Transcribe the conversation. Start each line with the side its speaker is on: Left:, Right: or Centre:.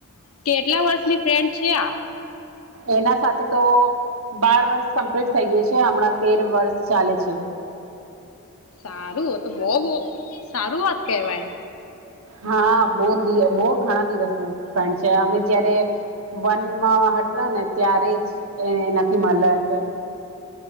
Left: કેટલા વર્ષની ફ્રેન્ડ છે આ.
Right: એના સાથે તો બાર વર્ષ કંપલસરીએ છે હમણાં તેર વર્ષ ચાલે છે.
Left: સારું તો બઉ બઉ સારું વાત કેવાય.
Right: હા બહુ દીવ ઘણા દિવસ નો ટાઈમ છે આપે જયારે વનમાં હતા ને ત્યારે જ એ નથી મળલા હતા.